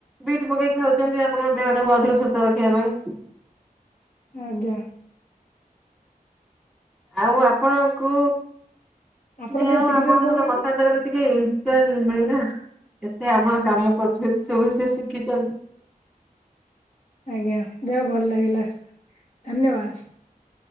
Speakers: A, in the centre; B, on the left.
A: ବିଟ୍ ପକେଇକ ଖାଉଛନ୍ତି ଆପଣଙ୍କ ଦେହ ଟାକୁ ଅଧିକ ସୁସ୍ଥ ରଖିବା ପାଇଁ।
B: ଆଜ୍ଞା।
A: ଆଉ ଆପଣଙ୍କୁ
B: ଆପଣ
A: ଯାଉ
B: କେମିତି ଶିଖିଛନ୍ତି
A: ଆପଣଙ୍କ
B: କହୁନାହାନ୍ତି?
A: ସହିତ କଥାବାର୍ତ୍ତା କରି ଟିକେ ମିଳିନା ଏତେ ଆପଣ କାମ କରୁଛନ୍ତି ସ ବି ସେ ଶିଖିଛନ୍ତି।
B: ଆଜ୍ଞା ଯାାଉ ଭଲ ଲାଗିଲା ଧନ୍ୟବାଦ।